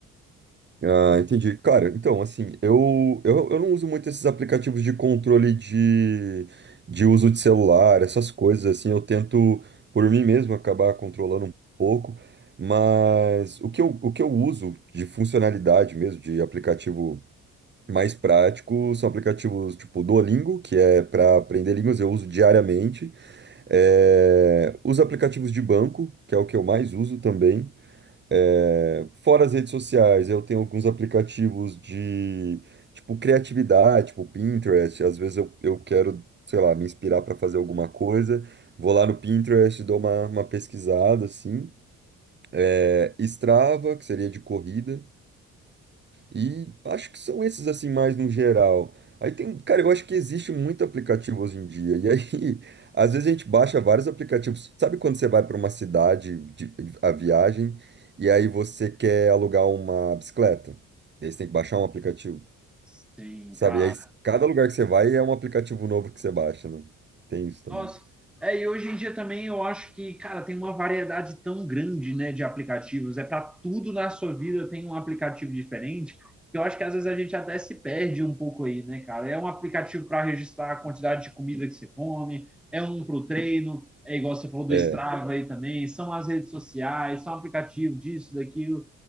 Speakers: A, on the right (about 35°); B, in the centre.
A: Ah, entendi. Cara, então, assim, eu, eu, eu não uso muito esses aplicativos de controle de, de uso de celular, essas coisas, assim, eu tento, por mim mesmo, acabar controlando um pouco, mas o que eu, o que eu uso de funcionalidade mesmo, de aplicativo mais prático, são aplicativos tipo Duolingo, que é para aprender línguas, eu uso diariamente, é, os aplicativos de banco, que é o que eu mais uso também, É, fora as redes sociais, eu tenho alguns aplicativos de, tipo, criatividade, tipo Pinterest. Às vezes eu, eu quero, sei lá, me inspirar para fazer alguma coisa. Vou lá no Pinterest, dou uma, uma pesquisada, assim. É, Strava, que seria de corrida. E acho que são esses assim mais no geral. Aí tem, cara, eu acho que existe muito aplicativo hoje em dia. E aí, <laughs> às vezes a gente baixa vários aplicativos. Sabe quando você vai para uma cidade de- a viagem e aí você quer alugar uma bicicleta? E aí você tem que baixar um aplicativo.
B: Sim,
A: Sabe?
B: cara.
A: E aí cada lugar que você vai é um aplicativo novo que você baixa, né? Tem isso também.
B: Nossa, é, e hoje em dia também eu acho que, cara, tem uma variedade tão grande, né, de aplicativos. É para tudo na sua vida tem um aplicativo diferente. que Eu acho que às vezes a gente até se perde um pouco aí, né, cara? É um aplicativo para registrar a quantidade de comida que você come, é um para o treino, é igual você falou do
A: É.
B: Strava aí também, são as redes sociais, são aplicativo disso, daquilo.